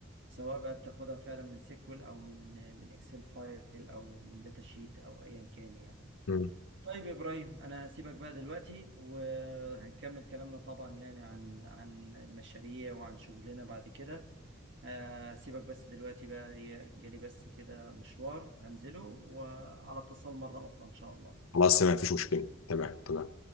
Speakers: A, on the right; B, on the left.
A: سواء بقى بتاخدها فعلا من سيكوال أو من آه، من اكسل فايل أو من داتا شيت أو أيا كان يعني
B: مم.
A: طيب يا إبراهيم أنا هسيبك بقى دلوقتي وهنكمل كلامنا طبعا يعني عن عن المشاريع وعن شغلنا بعد كده آه، سيبك بس دلوقتي بقى هي جالي بس كده مشوار هنزله وعلى اتصال مرة أخرى إن شاء الله
B: خلاص تمام مفيش مشكله تمام تمام